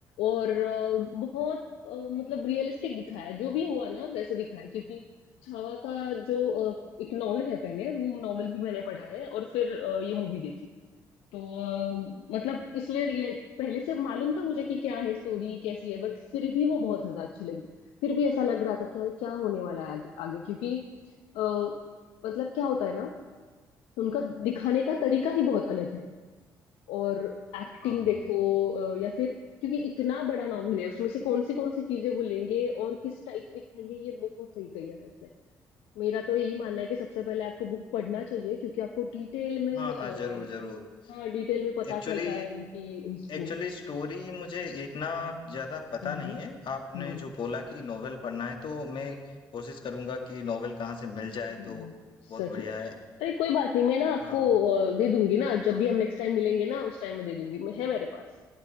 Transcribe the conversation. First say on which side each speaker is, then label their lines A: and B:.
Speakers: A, on the left; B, on the left.
A: और अ, बहुत अ, मतलब रियलिस्टिक दिखाया है जो भी हुआ ना वैसे दिखाया है क्योंकि छावा का जो अ, एक नॉवेल है पहले वो नॉवेल भी मैंने पढ़ा है और फिर अ, ये मूवी देखी तो अ, मतलब इसलिए रिले- पहले से मालूम था मुझे कि क्या है स्टोरी कैसी है बट फिर भी वो बहुत ज्यादा अच्छी लगी फिर भी ऐसा लग रहा था कि अरे क्या होने वाला है आगे आगे क्योंकि अ, मतलब क्या होता है ना उनका दिखाने का तरीका ही बहुत अलग है और एक्टिंग
B: हाँ
A: देखो
B: हाँ
A: अ, या फिर क्योंकि इतना बड़ा नॉवेल है उसमें से कौन सी कौन सी चीजें वो लेंगे और किस टाइप से दिखाएंगे ये बहुत सही किया है उसने मेरा तो यही मानना है कि सबसे पहले आपको बुक पढ़ना चाहिए क्योंकि आपको डिटेल में
B: हाँ हाँ
A: अ,
B: जरूर जरूर
A: हाँ डिटेल में पता
B: एक्चुअली
A: चलता है उनकी हिस्ट्री
B: एक्चुअली स्टोरी मुझे इतना ज़्यादा पता
A: हम्म
B: नहीं है। आपने
A: हम्म,
B: जो बोला कि नॉवेल पढ़ना है, तो मैं कोशिश करूँगा कि नॉवेल कहाँ से मिल जाए
A: हम्म,
B: तो
A: सच
B: बहुत बढ़िया
A: में
B: है।
A: अरे कोई बात नहीं मैं ना आपको
B: हाँ,
A: अ, दे दूंगी ना जब भी हम नेक्स्ट टाइम मिलेंगे ना उस टाइम में दे दूंगी मैं है मेरे पास